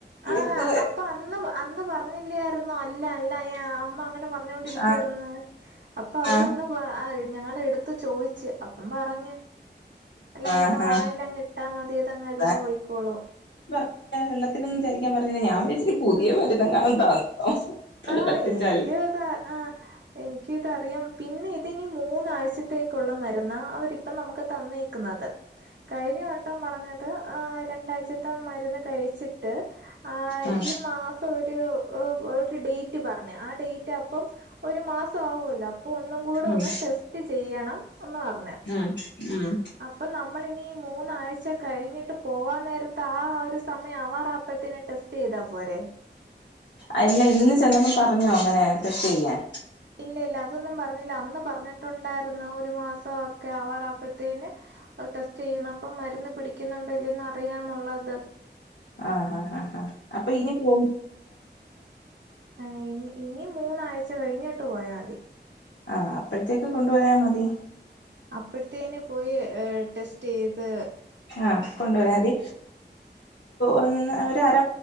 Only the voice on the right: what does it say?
ആഹ്
അപ്പൊ അന്ന് അന്ന് പറഞ്ഞില്ലായിര്ന്നോ അല്ല അല്ല അമ്മ അങ്ങനെ പർ ഞ്ഞോണ്ടിരിക്കുവായ്ര്ന്ന്
അപ്പൊ അവരിന്ന്
ഞങ്ങള എടു ത്ത് ചോയ്ച്ച് അപ്പം പറഞ്ഞ് അല്ല അല്ല
അത് വായിലങ്ങ്
ഇട്ടാ മതിയത് അങ്ങ് അലിഞ്ഞ്
പൊയ്ക്കോളും.
ആഹ്
ആഹ് എനിക്ക്
താ ആഹ് എനിക്ക് ഇതറിയാം പിന്നെ ഇതിനി മൂന്നാഴ്ചത്തേക്കുള്ള മരുന്നാ അവരിപ്പം നമുക്ക് തന്നേക്കുന്നത്. കഴിഞ്ഞ വട്ടം പറഞ്ഞത് ആ രണ്ടാഴ്ചത്തെ മരുന്ന് കഴിച്ചിട്ട് ആ
ഈ മാസം ഒരു ഡേറ്റ് പറഞ്ഞ് ആ ഡേറ്റ് അപ്പം ഒരു മാസം ആവൊല്ലോ അപ്പം ഒന്നുകൂടെ
ഒന്ന് ടെസ്റ്റ്‌ സ്റ്റ് ചെയ്യണം എന്ന് പർഞ്ഞ്
അപ്പം നമ്മളിനി മൂന്നാഴ്ച കഴിഞ്ഞിട്ട് പോവാൻ നേര്ത്താ ആ ഒരു സമയം ആവാറപ്പഴ്ത്തേന് ടെസ് സ്റ്റെയ്താ പോരെ.
ഇല്ല ഇല്ല അതൊന്നും പർഞ്ഞില്ല. അന്ന് പറഞ്ഞിട്ടുണ്ടായിര്ന്നു ഒരു മാസം ഒക്കെ ആവാറാപ്പഴ്ത്തേന് ടെസ്റ്റ് ചെയ്യണം അപ്പ മരുന്ന് പിടിക്കുന്നുണ്ടോ ഇല്ലെന്നോ അറിയാന്നുള്ളത്.
ആഹ് ഇന് ഇനി മൂന്നാഴ്ച കഴിഞ്ഞിട്ട് പോയാതി.
അപ്പഴ്ത്തേന് പോയി ടെസ്റ്റെയ്ത്